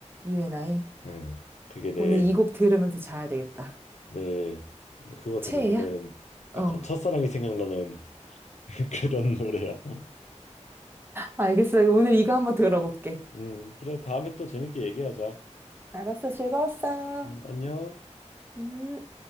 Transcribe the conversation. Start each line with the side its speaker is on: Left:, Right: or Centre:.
Right: UNI.
Left: 네, 그게 내,
Right: 오늘 이 곡 들으면서 자야 되겠다.
Left: 내, 근데 그거 들으면은
Right: 최애야? 어.
Left: 약간 첫사랑이 생각나는 <laughs> 그런 노래야.
Right: 알겠어. 오늘 이거 한번 들어볼게.
Left: 음, 그래 다음에 또 재밌게 얘기하자.
Right: 알았어. 즐거웠어.
Left: 음, 안녕.
Right: 음.